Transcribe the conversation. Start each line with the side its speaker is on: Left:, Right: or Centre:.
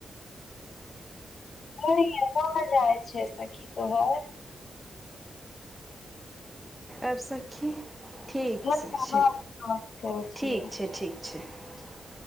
Left: ह बाँ जाइ छै सखी तो हर <unintelligible>
Centre: आबि सखी ठीक
Left: हम
Centre: छै ठ
Left: बात करै छियै
Centre: ठीक छै ठीक छै <inaudible>